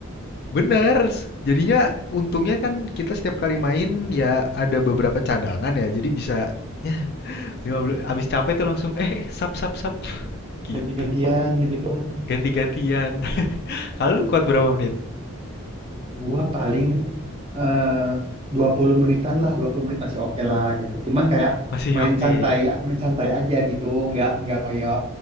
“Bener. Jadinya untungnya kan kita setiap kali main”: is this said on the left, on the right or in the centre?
Left